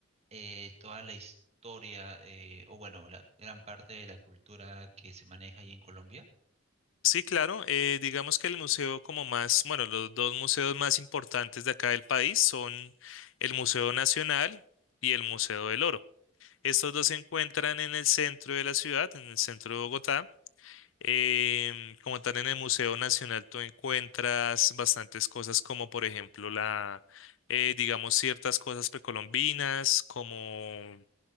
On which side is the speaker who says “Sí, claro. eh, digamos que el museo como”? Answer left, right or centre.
Left